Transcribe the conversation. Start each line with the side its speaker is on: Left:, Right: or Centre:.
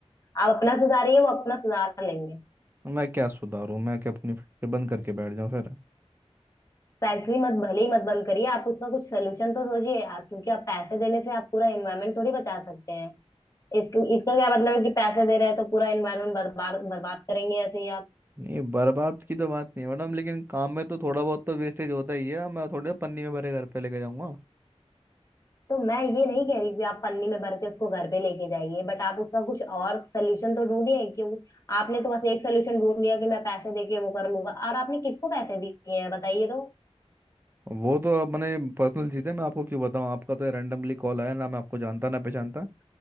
Left: आप अपना सुधारिए वो अपना सुधार लेंगे
Right: मैं क्या सुधारूं मैं क्या अपनी फैक्ट्री बंद करके बैठ जाऊं फिर
Left: फैक्ट्री मत भले ही मत बंद करिए आप उसका कुछ सोल्यूशन तो सोचिए आप- क्योंकि आप पैसे देने से आप पूरा एनवायरनमेंट थोड़ी बचा सकते हैं इसक, इसका क्या मतलब है कि पैसे दे रहे हैं तो पूरा एनवायरनमेंट बर्बाद बर्बाद करेंगे ऐसे ही आप
Right: नहीं बर्बाद की तो बात नहीं है मैडम लेकिन काम में तो थोड़ा बहुत तो वेस्टेज होता ही है मैं थोड़े पन्नी में भरे घर पे लेके जाऊंगा
Left: तो मैं ये नहीं कह रही कि आप पन्नी में भर के उसको घर पे लेके जाइए बट आप उसका कुछ और सोल्यूशन तो ढूंढिए क्यों आपने तो बस एक सोल्यूशन ढूंढ लिया कि मैं पैसे दे के वो कर लूंगा और आपने किसको पैसे दिए हैं बताइए तो
Right: वो तो अपने पर्सनल चीज़ है मैं आपको क्यों बताऊं आपका तो रैंडमली कॉल आया ना मैं आपको जानता ना पहचानता